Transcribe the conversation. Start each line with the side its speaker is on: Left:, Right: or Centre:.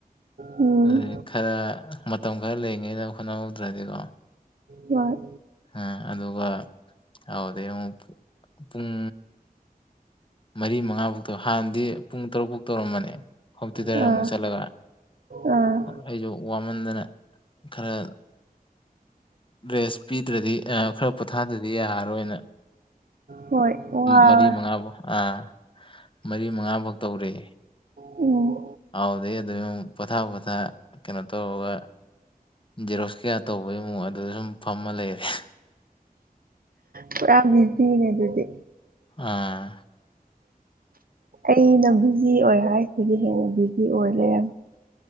Right: ꯎꯝ
Left: ꯑꯗꯨꯗꯤ ꯈꯔ ꯃꯇꯝ ꯈꯔ ꯂꯩꯉꯅ ꯍꯣꯠꯅꯍꯧꯗ꯭ꯔꯗꯤꯀꯣ
Right: ꯋꯥ
Left: ꯑ ꯑꯗꯨꯒ ꯍꯗꯤ ꯑꯃꯨꯛ ꯄꯨꯡ ꯃꯔꯤ ꯃꯉꯥ ꯐꯧꯛꯇꯧ ꯍꯥꯟꯅꯗꯤ ꯄꯨꯡ ꯇꯔꯨꯛ ꯐꯧ ꯇꯧꯔꯝꯕꯅꯦ ꯍꯇꯗꯔꯦ
Right: ꯑꯥ
Left: ꯑꯃꯨꯛ ꯆꯠꯂꯒ
Right: ꯑꯥ
Left: ꯑꯩꯁꯨ ꯋꯥꯃꯟꯗꯅ ꯈꯔ ꯔꯦꯁ ꯄꯤꯗ꯭ꯔꯗꯤ ꯈꯔ ꯄꯣꯊꯥꯗ꯭ꯔꯗꯤ ꯌꯥꯔꯔꯣꯏꯅ
Right: ꯍꯣꯏ ꯋꯥ
Left: ꯃꯔꯤ ꯃꯉꯥ ꯐꯧ ꯑꯥ ꯃꯔꯤ ꯃꯉꯥ ꯐꯧ ꯇꯧꯔꯤ
Right: ꯎꯝ
Left: ꯍꯥꯎꯗꯤ ꯑꯗꯨ ꯄꯣꯊꯥ ꯄꯊꯥ ꯀꯩꯅꯣ ꯇꯧꯔꯒ ꯖꯦꯔꯣꯁ ꯀꯌꯥ ꯇꯧꯕꯒꯤ ꯃꯑꯣꯡ ꯑꯗꯨꯗ ꯁꯨꯝ ꯐꯝꯃ ꯂꯩꯔꯦ
Right: ꯄꯨꯔꯥ ꯕꯤꯖꯤꯅꯦ ꯑꯗꯨꯗꯤ
Left: ꯑꯥ
Right: ꯑꯩꯅ ꯕꯤꯖꯤ ꯑꯣꯏ ꯍꯥꯏꯁꯤꯗꯤ ꯍꯦꯟꯅ ꯕꯤꯖꯤ ꯑꯣꯏ ꯂꯩꯔ